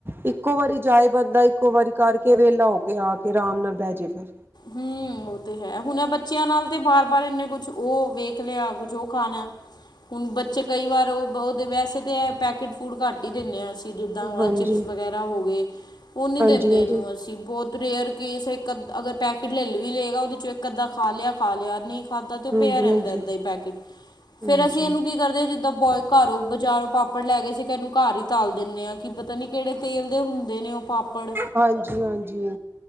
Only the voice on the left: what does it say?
ਹਮ ਉਹ ਤੇ ਹੈ ਹੁਣ ਬੱਚਿਆਂ ਨਾਲ ਤੇ ਬਾਰ ਬਾਰ ਇੰਨੇ ਕੁਛ ਉਹ ਵੇਖ ਲਿਆ ਕੁਛ ਉਹ ਖਾਣਾ ਹੁਣ ਬੱਚੇ ਕਈ ਵਾਰ ਉਹ ਉਹਦੇ ਵੈਸੇ ਤਾਂ ਇਹ ਪੈਕੇਟ ਫੂਡ ਘੱਟ ਹੀ ਦਿੰਦੇ ਆ ਅਸੀਂ ਜਿੱਦਾਂ ਉਹ
ਚਿਪਸ ਵਗੈਰਾ ਹੋ ਗਏ ਉਹ ਨਹੀਂ
ਦਿੰਦੇ ਇਹਨੂੰ ਅਸੀਂ ਬਹੁਤ ਰੇਅਰ ਕੇਸ ਇੱਕ ਅ ਅਗਰ ਪੈਕਟ ਲੈ ਵੀ ਲਏਗਾ ਉਹਦੇ ਚੋਂ ਇੱਕ ਅੱਧਾ ਖਾ ਲਿਆ ਖਾ ਲਿਆ ਨਹੀਂ ਖਾਧਾ ਤੇ ਉਹ
ਪਿਆ ਰਹਿੰਦਾ ਏਦਾਂ
ਹੀ ਪੈਕੇਟ
ਫੇਰ ਅਸੀਂ ਇਹਨੂੰ
ਕਰਦੇ ਹਾਂ ਜਿੱਦਾਂ ਬੋਏ ਘਰੋਂ ਬਾਜ਼ਾਰੋਂ ਪਾਪੜ ਲੈ ਗਏ ਸੀ ਇਹਨੂੰ ਘਰ ਹੀ ਤਲ ਦਿੰਨਦੇ ਹਾਂ ਕੀ ਪਤਾ ਨੀ ਕਿਹੜੇ ਤੇਲ ਦੇ ਹੁੰਦੇ ਨੇ ਉਹ ਪਾਪੜ